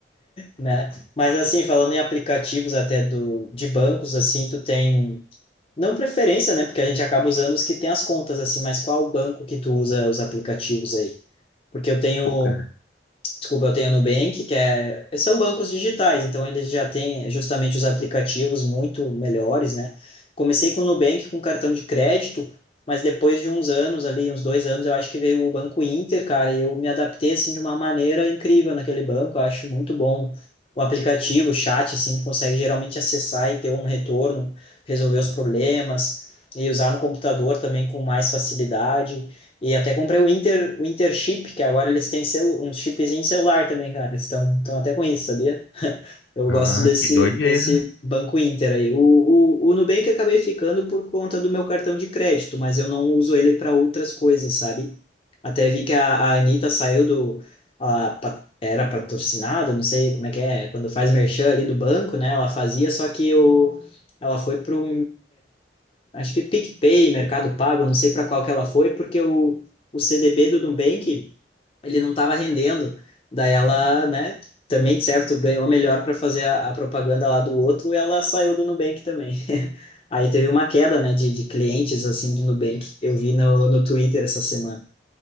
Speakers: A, on the left; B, on the left.
A: né? Mas assim, falando em aplicativos até do, de bancos, assim, tu tem Não preferência, né? Porque a gente acaba usando os que tem as contas, assim, mas qual banco que tu usa os aplicativos aí? Porque eu tenho
B: Pô, cara.
A: Desculpa, eu tenho a Nubank, que é, são bancos digitais, então eles já têm justamente os aplicativos muito melhores, né? Comecei com o Nubank, com cartão de crédito, mas depois de uns anos ali, uns dois anos, eu acho que veio o Banco Inter, cara, e eu me adaptei, assim, de uma maneira incrível naquele banco, eu acho muito bom o aplicativo, o chat, assim, que consegue geralmente acessar e ter um retorno, resolver os problemas, e usar no computador também com mais facilidade, e até comprei o Inter, o Inter Chip, que agora eles têm celu um chipzinho de celular também, cara. Eles estão até com isso, sabia? Eu
B: Ah,
A: gosto desse,
B: que doideira.
A: desse banco Inter aí. O, o, o Nubank eu acabei ficando por conta do meu cartão de crédito, mas eu não uso ele para outras coisas, sabe? Até vi que a, a Anitta saiu do. A, pa- era patrocinada, não sei como é que é, quando faz merchan ali do banco, né? Ela fazia, só que o, ela foi para o acho que PicPay, Mercado Pago, eu não sei para qual que ela foi, porque o, o CDB do Nubank, ele não estava rendendo. Daí ela, né, também, de certo, ganhou melhor para fazer a, a propaganda lá do outro, e ela saiu do Nubank também. <laughs> Aí teve uma queda, né, de, de clientes, assim, do Nubank. Eu vi no, no Twitter essa semana.